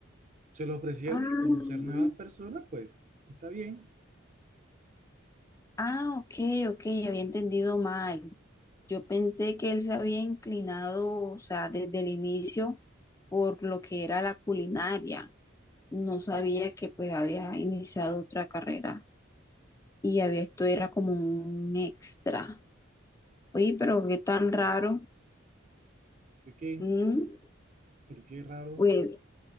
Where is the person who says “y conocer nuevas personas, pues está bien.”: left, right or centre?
Right